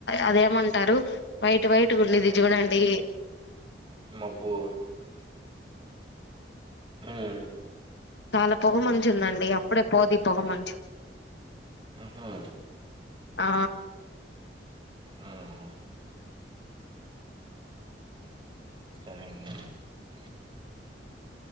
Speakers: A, on the left; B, on the right.
A: అదేమన్ టారు వైట్ వైట్ ట్టుకుండేది
B: మ్మ్
A: జూడండి
B: మబ్బు ఉమ్
A: చాలా పొగ మంచుందండి అప్పుడే పోదిపొగ మంచు
B: ఉహూ
A: ఆ
B: ఉమ్ సరే ఇంగ <unintelligible> <inaudible>